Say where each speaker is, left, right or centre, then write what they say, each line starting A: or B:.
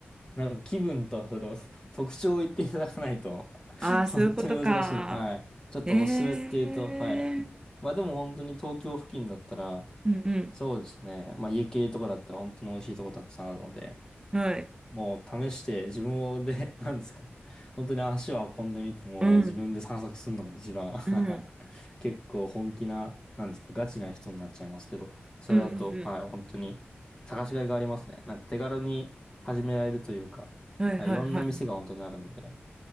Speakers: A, on the left; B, on the right.
A: なんか気分とその <laughs> 特徴を言っていただかないと
B: ああー、
A: <laughs> 本当に難しい。
B: そういうことか。
A: はい。ちょっとおすすめっていうと、
B: ええ
A: はい。まあでも本当に東京付近だったら、
B: うん
A: そうですね。まあ家系とかだったら本当に美味しいとこたくさんあるので、
B: うん。はい。
A: もう試して自分をで、<laughs> 何ですか。本当に足を運んでみて、もう自分で散策するのが一番
B: うん。うん。うん
A: <laughs> 結構本気な、何ですか、ガチな人になっちゃいますけど、それだと、
B: うん
A: はい、本当に探しがいがありますね。なんか手軽に始められるというか、
B: うん。はいはいはい。
A: なんかいろんな店が本当にあるので、